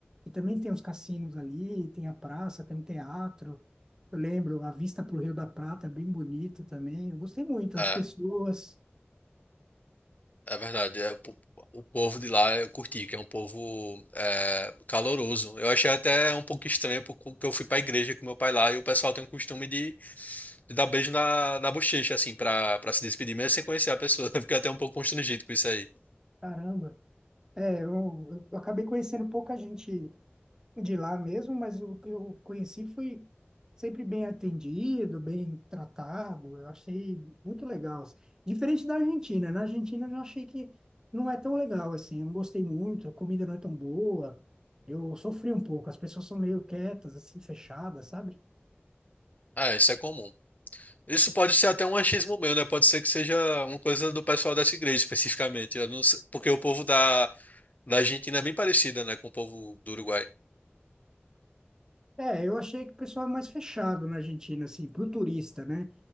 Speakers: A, on the right; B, on the left.
A: E também tem os cassinos ali, tem a praça, tem um teatro. Eu lembro, a vista para o Rio da Prata é bem bonito também. Eu gostei muito.
B: É,
A: As pessoas,
B: é verdade. É, o, po- o povo de lá eu curti, que é um povo é, caloroso. Eu achei até um pouco estranho porque eu fui pra igreja com meu pai lá e o pessoal tem o costume de, de dar beijo na, na bochecha, assim, pra, pra se despedir, mesmo sem conhecer a pessoa. <laughs> Eu fiquei até um pouco constrangido com isso aí.
A: caramba. É, eu, eu acabei conhecendo pouca gente de lá mesmo, mas o que eu conheci foi sempre bem atendido, bem tratado. Eu achei muito legal. assim. Diferente da Argentina. né? Na Argentina eu já achei que não é tão legal assim. Eu não gostei muito, a comida não é tão boa. Eu sofri um pouco. As pessoas são meio quietas, assim, fechadas, sabe?
B: Ah, isso é comum. Isso pode ser até um achismo meu, né? Pode ser que seja uma coisa do pessoal dessa igreja especificamente. Eu não sei, porque o povo da Da Argentina é bem parecida, né, com o povo do Uruguai.
A: É, eu achei que o pessoal é mais fechado na Argentina, assim, pro turista, né?